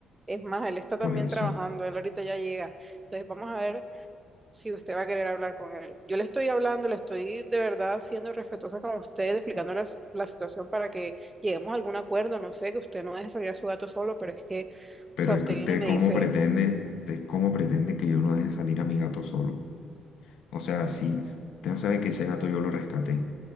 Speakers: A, on the right; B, on the left.
A: Es más, él está
B: por
A: también
B: eso.
A: trabajando, él ahorita ya llega. Entonces, vamos a ver. si usted va a querer hablar con él. Yo le estoy hablando, le estoy de verdad siendo respetuosa con usted, explicándoles la situación para que lleguemos a algún acuerdo. No sé, que usted no deje salir a su gato solo, pero es que, o
B: Pero
A: sea,
B: es
A: usted
B: que usted
A: viene y me
B: cómo
A: dice
B: pretende,
A: esto.
B: usted cómo pretende que yo no deje salir a mi gato solo. O sea, si usted no sabe que ese gato yo lo rescaté,